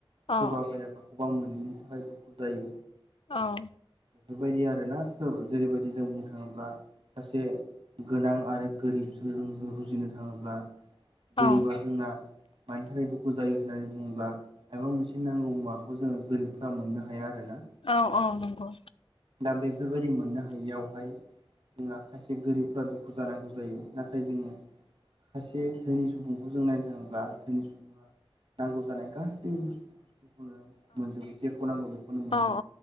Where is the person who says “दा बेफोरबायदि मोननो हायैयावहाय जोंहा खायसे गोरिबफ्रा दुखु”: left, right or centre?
Right